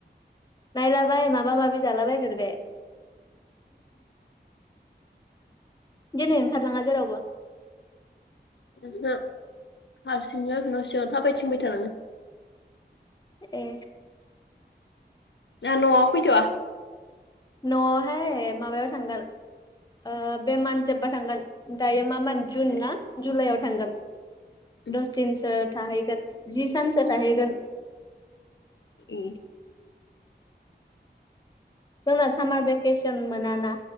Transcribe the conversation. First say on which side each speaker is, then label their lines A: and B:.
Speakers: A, on the left; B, on the left.
A: नायलाबाय माबा माबि जालाबायगोन बे। गेनेन खारनाङा जेरावबो।
B: ओहो हारसिंनो न' सिङाव थाबायथिंबाय थानाङो।
A: ए
B: ना न'आव फैथ'आ
A: न'आवहाय माबायाव थांगोन ओ बे मानजोब्बा थांगोन दायो मा मान जुन
B: फैदों
A: ना जुलाय थांगोन।
B: उम
A: दस दिनसो थाहैगोन। जि सानसो थाहैगोन।
B: ए
A: जोंना सामार भेकेसन मोनाना।